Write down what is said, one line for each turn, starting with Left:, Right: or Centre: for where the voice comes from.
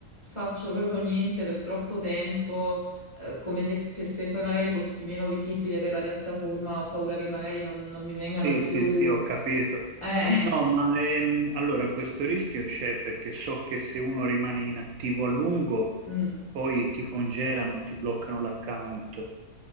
Left: faccio proprio niente per troppo tempo, eh, come se, pe- se poi magari fossi meno visibile per la piattaforma, ho paura che magari non, non mi vengano
Right: Sì,
Left: più...
Right: sì, sì, ho capito.
Left: Eh,
Right: No, ma ehm, allora questo rischio c'è perché so che se uno rimane inattivo a lungo,
Left: <laughs> mm,
Right: poi ti congelano, ti bloccano l'account.